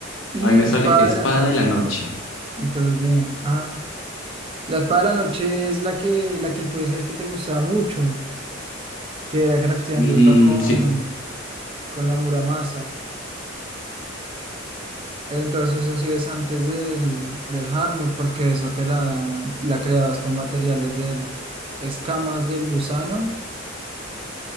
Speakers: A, on the right (about 25°); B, on the left (about 70°).
A: Y
B: A mí me
A: Espada
B: sale espada
A: de la Noche.
B: de la noche.
A: Entonces, bien. Ah. La espada de la noche es la que, la que tú decías que te gustaba mucho, que era crafteándola
B: Mm,
A: con,
B: sí,
A: con la Muramasa. Entonces eso sí es antes del, del Hardmode, porque eso te la dan- la creabas con materiales del escamas del gusano